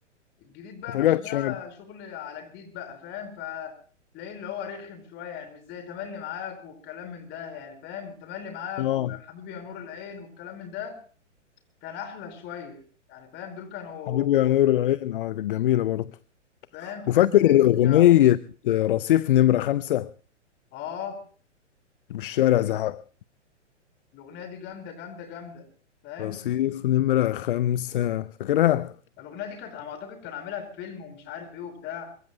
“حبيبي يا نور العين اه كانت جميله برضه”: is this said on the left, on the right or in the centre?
Left